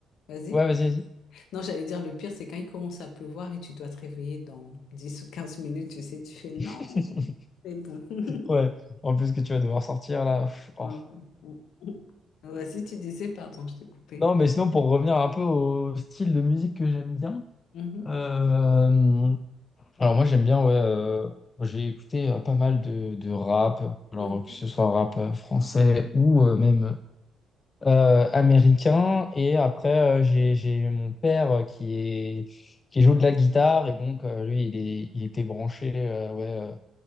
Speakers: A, on the left; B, on the left.
A: vas-y.
B: ouais, vas-y, vas-y.
A: Non, j'allais dire, le pire, c'est quand il commence à pleuvoir et tu dois te réveiller dans 10 ou 15 minutes, tu sais, tu fais non,
B: <laughs>
A: mais bon. <laughs>
B: Ouais, en plus que tu vas devoir sortir là. pff,
A: Ouais,
B: oh.
A: ouais. Vas-y, tu disais, pardon, je t'ai coupé.
B: Non, mais sinon, pour revenir un peu au style de musique que j'aime bien.
A: Mhm,
B: euh, alors, moi, j'aime bien, ouais. euh, j'ai écouté euh, pas mal de, de rap, alors
A: mhm,
B: que ce soit rap euh, français ou euh, même euh, américain. Et après, euh, j'ai, j'ai eu mon père euh, qui est, qui joue de la guitare. Et donc, euh, lui, il est, il était branché, euh, ouais. euh,